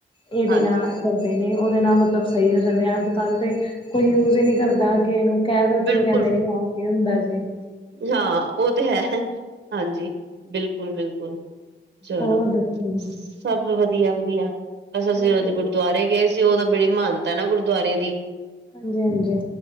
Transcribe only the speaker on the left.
ਇਹਦੇ
ਨਾਲ ਕਰਦੇ ਨੇ। ਉਹਦੇ ਨਾਲ ਮਤਲਬ ਸਹੀ ਹੋ ਜਾਂਦੇ ਅੱਜ ਕੱਲ ਤਾਂ ਕੋਈ ਯੂਜ਼ ਹੀ ਨਹੀਂ ਕਰਦਾ ਕਿ ਇਹਨੂੰ ਕਹਿ ਦੋ ਤੇ
ਉਹ ਕਹਿੰਦੇ ਨੇ ਆਹ ਕੀ ਹੁੰਦਾ ਜੀ।
ਹੋਰ ਦੱਸੋ
ਵਧੀਆ
ਹਾਂਜੀ-ਹਾਂਜੀ